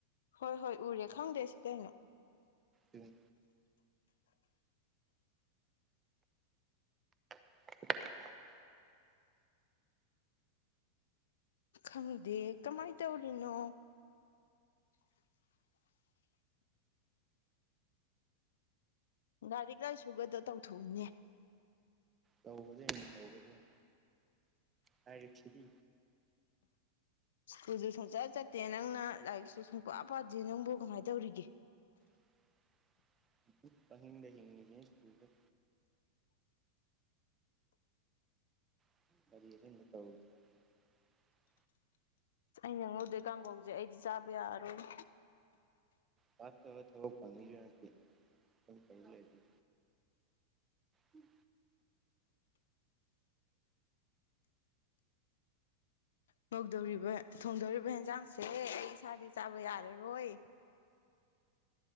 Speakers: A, on the left; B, on the right.
A: ꯍꯣꯏ ꯍꯣꯏ ꯎꯔꯦ ꯈꯪꯗꯦ ꯁꯤꯀꯩꯅꯣ
B: ꯎꯝ <unintelligible>
A: ꯈꯪꯗꯦ ꯀꯃꯥꯏꯅ ꯇꯧꯔꯤꯅꯣ ꯂꯥꯏꯔꯤꯛ ꯂꯥꯏꯔꯤꯁꯨꯨꯒꯗꯣ ꯇꯧꯊꯣꯛꯎꯅꯦ
B: ꯇꯧꯒꯗꯣꯏꯅꯤ ꯇꯧꯒꯗꯣꯏꯅꯤ ꯂꯥꯏꯔꯤꯛꯁꯤꯗꯤ
A: ꯁ꯭ꯀꯨꯜꯁꯨ ꯁꯨꯡꯆꯠ ꯆꯠꯇꯦ ꯅꯪꯅ ꯂꯥꯏꯔꯤꯛꯁꯨ ꯁꯨꯡ ꯄ ꯄꯥꯗꯦ ꯅꯪꯕꯨ ꯀꯃꯥꯏꯅ ꯇꯧꯔꯤꯒꯦ
B: <inaudible> <unintelligible> ꯍꯤꯡꯉꯤꯁꯤꯅꯤ <unintelligible> <unintelligible>
A: ꯉꯧꯗ‌ꯣꯏ ꯀꯥꯡꯈꯧꯁꯦ ꯑꯩꯗꯤ ꯆꯥꯕ ꯌꯥꯔꯔꯣꯏ
B: ꯄꯥꯁ ꯇꯧꯔ ꯇꯧꯔ ꯐꯅꯤ ꯒ ꯍꯥꯏꯔꯛꯇ‌ꯦ ꯃꯊꯪ ꯆꯍꯤ ꯂꯩꯔꯤ ꯎꯝ
A: ꯉꯧꯗꯧꯔꯤꯕ ꯊꯣꯡꯗꯧꯔꯤꯕ ꯍꯦꯟꯖꯥꯡꯁꯦ ꯑꯩ ꯏꯁꯥꯗꯤ ꯆꯥꯕ ꯌꯥꯔꯔꯣꯏ